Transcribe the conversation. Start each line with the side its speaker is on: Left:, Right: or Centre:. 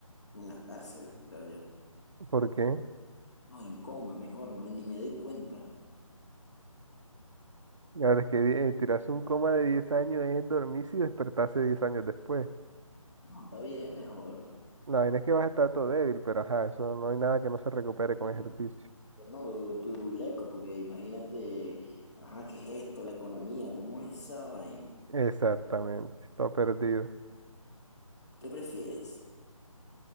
Left: en la cárcel, creo yo.
Right: ¿Por qué?
Left: No, en coma, mejor, no, ni me doy cuenta.
Right: Claro, es que eh, tirarse un coma de 10 años es dormirse y despertarse 10 años después.
Left: No, está bien, mejor.
Right: La vaina es que vas a estar todo débil, pero ajá, eso no hay nada que no se recupere
Left: Y,
Right: con ejercicio.
Left: que no, turuleco, porque imagínate, ajá, ¿qué es esto? La economía, ¿cómo es esa vaina?
Right: Exactamente, todo perdido.
Left: ¿Qué prefieres?